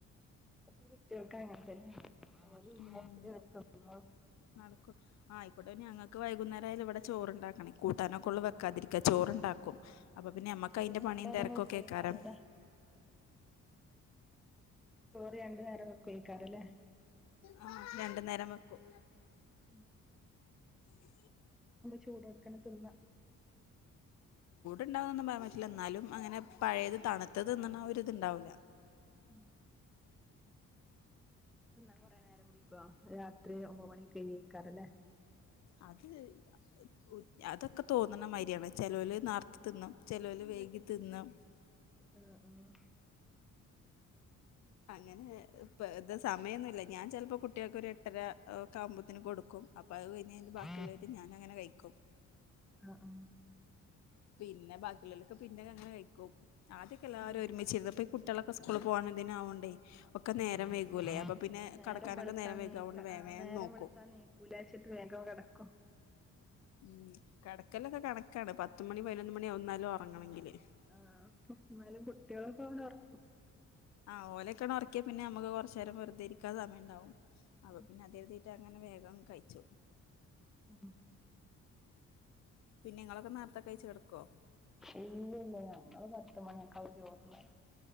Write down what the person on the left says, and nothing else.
ഉം
നടക്കും ആ ആയിക്കോട്ടെ ഞങ്ങക്ക് വൈകുന്നേരം ആയാലും ഇവടെ ചോറുണ്ടാക്കണേ കൂട്ടാനൊക്കെള്ളൂ വെക്കാതിരിക്കാ ചോറുണ്ടാക്കും. അപ്പൊ പിന്നെ നമ്മക്ക്
അതിന്റെ
പണിയും
തിരക്കൊക്കെ
ഏക്കാരം
ആ രണ്ടു നേരം വെക്കും.
<inaudible> ആ ചോ <unintelligible>
ഇണ്ടാവുന്നൊന്നും പറയാൻ പറ്റില്ല, എന്നാലും അങ്ങനെ പഴയത് തണുത്തത് തിന്നണ ആ ഒരു ഇത് ഇണ്ടാവൂല്ല.
അത് ഒ അതൊക്കെ തോന്നണ മാരിയാണ്. ചെലോല് നാർത്ത തിന്നും, ചെലോല് വൈകി തിന്നും.
അങ്ങനെ ഇപ്പ ത് സമയൊന്നൂല്ല ഞാൻ ചെലപ്പോ കുട്ട്യാൾക്ക് ഒരു എട്ടര ഒക്കെ ആവുമ്പത്തന് കൊടുക്കും. പ്പ അത് കഴിഞ്ഞേന്റെ ബാക്കിയുള്ളതേയിട്ട്
ഞാൻ അങ്ങനെ കഴിക്കും.
പിന്നെ ബാക്കിയുള്ളൊലൊക്കെ പിന്നെ അങ്ങനെ കഴിക്കും, ആദ്യൊക്കെ എല്ലാരും
ഒരുമിച്ചിരുന്നു ഇപ്പം ഈ കു കുട്ട്യാളൊക്കെ സ്കൂളിൽ പോവാൻ ഇതിന് ആവണ്ടേ. ഒക്കെ നേരം
വൈകൂല്ലേ അപ്പ പിന്നെ
കടക്കാരനൊക്കെ
നേരം
വൈകും അത് കൊണ്ട് വേവേം
വേവേം
നോക്കും.
ഉം കെടക്കല്ലൊക്കെ കണക്കാണ് പത്തുമണി പതിനൊന്ന് മണി ആവും ന്നാലും ഒറങ്ങണങ്കില്.
ആ ഓലക്കെണ് ഒറക്കിയ പിന്നെ നമുക്ക് കൊറച്ച് നേരം വെറുതെ ഇരിക്കാൻ സമയം ണ്ടാവും അ - അത്
കരുതീട്ടാണ് അങ്ങനെ വേഗം കഴിച്ചു.
പിന്നെ ഇങ്ങളൊക്കെ <unintelligible> കെടക്കോ